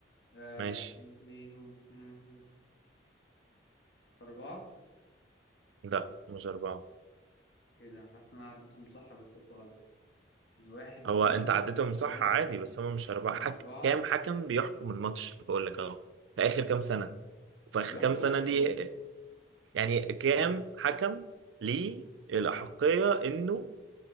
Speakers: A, on the left; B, on the right.
A: آه
B: ماشي
A: اتنين و... مم، مم. أربعة
B: لا مش أربعة
A: ايه ده حاسس إن أنا عديتهم صح بس قلت غلط واحد
B: هو
A: اتنين
B: أنت عديتهم صح
A: تلاتة
B: عادي بس هم مش أربعة
A: أربعة
B: حك... كام حكم بيحكم الماتش اللي بقول لك أهو في آخر كام سنة وفي آخر
A: بيحكم
B: كام سنة دي
A: يعني
B: يعني كام حكم ليه الأحقية إنه